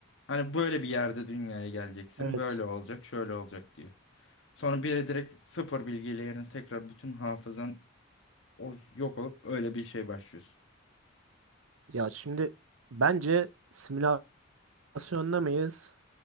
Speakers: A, on the left; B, on the right.
A: Hani böyle bir yerde dünyaya geleceksin,
B: Evet.
A: böyle olacak, şöyle olacak diyor. Sonra bir de direkt sıfır bilgiyle yani tekrar bütün hafızan o yok olup öyle bir şey başlıyorsun.
B: Ya şimdi bence simülasyonda mıyız?